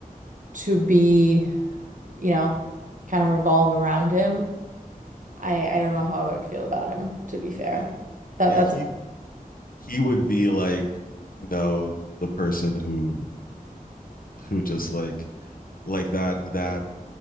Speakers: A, on the right; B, on the left.
A: to be, you know, kind of revolve around him, I I don't know how I would feel about him, to be fair.
B: Yeah.
A: That
B: Yeah,
A: that's
B: he he would be like, you know, the person who who just like like that that